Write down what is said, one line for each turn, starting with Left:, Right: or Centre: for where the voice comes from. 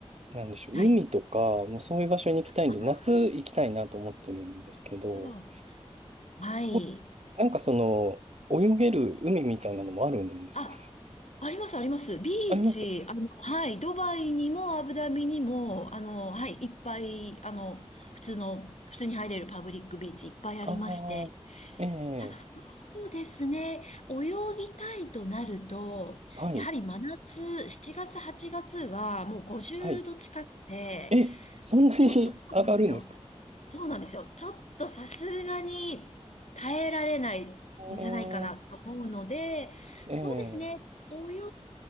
Right: なんでしょう、
Left: はい。
Right: 海とか、もうそういう場所に行きたいんで、
Left: あ
Right: 夏行きたいなと思ってるんですけど、
Left: なるほど。はい。
Right: そう、なんかその、泳げる海みたいなのもあるんですか
Left: あ、あります、あります。ビーチ、
Right: あります
Left: あの、はい、ドバイにもアブダビにも、あの、はい、いっぱい、あの、普通の、普通に入れるパブリックビーチいっぱいありまして、
Right: ああ、ええ
Left: ただそうですね、泳ぎたいとなると、
Right: はい、
Left: やはり真夏、7月、8月はもう50度近くて、
Right: はい。え、そんなに
Left: ちょっとそうなんですよ。
Right: <laughs> 上がるんですか
Left: そうなんですよ。ちょっとさすがに耐えられないんじゃないかなと思うので、
Right: ええええ、
Left: そうですね。泳